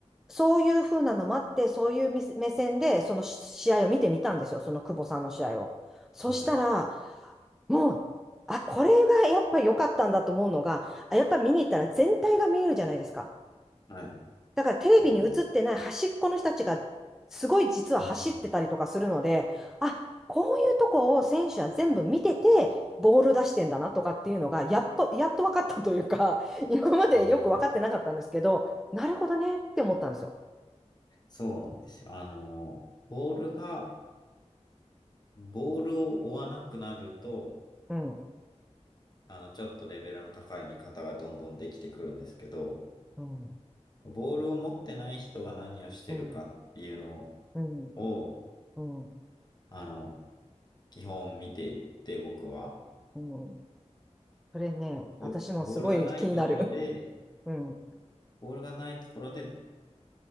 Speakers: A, in the centre; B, on the left.
A: そういう風なのもあって、そういうみせ目線で、そのし試合を見てみたんですよ、その久保さんの試合を。そしたら、
B: はい。
A: もう、あ、これがやっぱ良かったんだと思うのが、あやっぱ見に行ったら全体が見えるじゃないですか。
B: はい。
A: だからテレビに映ってない端っこの人たちが、
B: そうなんです。
A: すごい実は走ってたりとかするので、
B: うん
A: あ、こういうとこを選手は全部見てて、ボール出してんだなとかっていうのが、やっと、やっと分かったというか、<laughs> 今までよく分かってなかったんですけど、
B: うん。
A: なるほどねって思ったんですよ。
B: そうなんですよ。あの、ボールが、ボールを追わなくなると、
A: うん。
B: あの、ちょっとレベルの高い見方がどんどんできてくるんですけど、
A: うん
B: ボールを持ってない人が何をしてるかっていうの
A: うん、うん、
B: を、
A: うん、
B: あの、基本見ていて、僕は、
A: うん。それね、
B: ボールボールがないところで、
A: 私もすごい気になる。<laughs> うん、
B: ボールがないところで